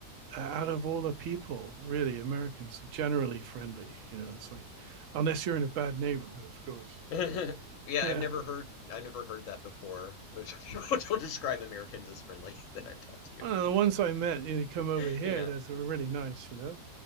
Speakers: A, on the right; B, on the left.
A: out of all the people, really, Americans are generally friendly. You know, it's like, unless you're in a bad neighborhood, of course.
B: <laughs>
A: <laughs>
B: Yeah,
A: One
B: I've never heard I've never heard that before. Most <laughs> people don't describe Americans as friendly <laughs> that I've talked to.
A: of the ones I met, you know, come
B: <laughs>
A: over here,
B: Yeah.
A: those are really nice, you know.